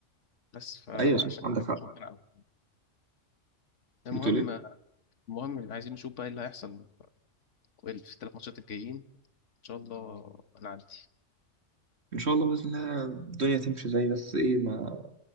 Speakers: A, on the left; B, on the right.
A: بس فعشان
B: ايوه صح عندك
A: كده
B: حق
A: كنت ربنا قوي المهم
B: بتقول ايه
A: المهم اللي عايزين نشوف بقى إيه اللي هيحصل في الثلاث ماتشات الجايين ان شاء الله انا عندي
B: ان شاء الله باذن الله الدنيا تمشي زي بس ايه ما